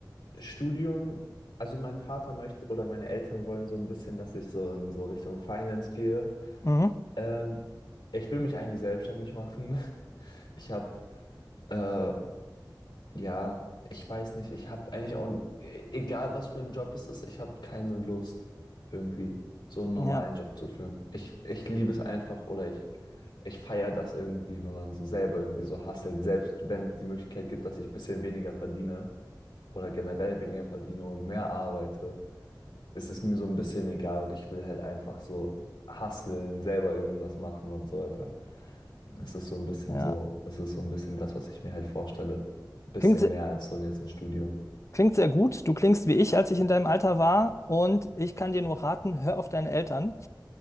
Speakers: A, on the left (about 80°); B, on the left (about 40°).
A: Studium, also mein Vater möchte oder meine Eltern wollen so ein bisschen, dass ich so in so Richtung Finance gehe.
B: Mhm.
A: Ähm, ich will mich eigentlich selbstständig machen. <laughs> Ich habe äh, Ja, ich weiß nicht. Ich habe eigentlich auch, n- e- egal was für ein Job es ist, ich habe keine Lust, irgendwie so einen
B: Ja,
A: normalen Job zu führen. Ich, ich liebe es einfach oder ich, ich feiere das irgendwie, wenn man so selber irgendwie so hustelt, selbst wenn es die Möglichkeit gibt, dass ich ein bisschen weniger verdiene oder generell weniger verdiene und mehr arbeite. Es ist mir so ein bisschen egal und ich will halt einfach so hustlen, selber irgendwas machen und so weiter. Es ist so ein bisschen
B: ja.
A: so, es ist so ein bisschen das, was ich mir halt vorstelle. Ein bisschen
B: Klingt, se-
A: mehr als so jetzt ein Studium.
B: klingt sehr gut. Du klingst wie ich, als ich in deinem Alter war. Und ich kann dir nur raten, hör auf deine Eltern.